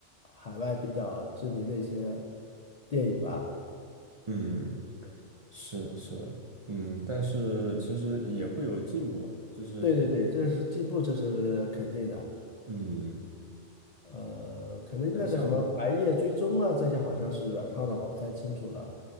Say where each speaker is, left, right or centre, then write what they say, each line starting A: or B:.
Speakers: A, on the left; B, on the right.
A: 海外比较知名的一些电影吧。
B: 嗯，是是的，嗯，但是其实也会有进步吧，就是
A: 对对对，这是进步，这是肯定的。
B: 嗯，
A: 呃，可能那个什么《白夜追踪》啊，
B: 嗯，像我，
A: 这些好像是原创的吧，不太清楚了，